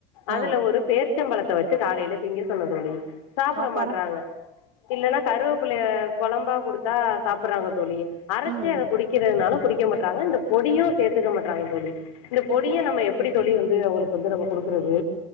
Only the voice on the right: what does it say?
ஆ
பாப்பாரா
ம்